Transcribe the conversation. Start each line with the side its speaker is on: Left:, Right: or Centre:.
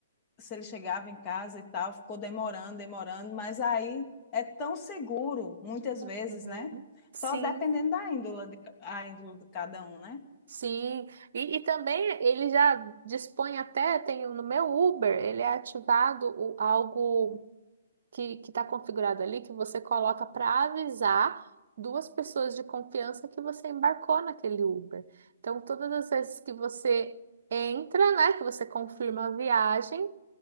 Left: se ele chegava em casa e tal, ficou demorando, demorando, mas aí é tão seguro, muitas vezes,
Right: Uhum.
Left: né?
Right: Sim.
Left: Só dependendo da índole de, a índole de cada um, né?
Right: Sim, e, e também ele já dispõe até, tem no meu Uber, ele é ativado o- algo que que está configurado ali, que você coloca para avisar duas pessoas de confiança que você embarcou naquele Uber. Então, todas as vezes que você entra, né, que você confirma a viagem,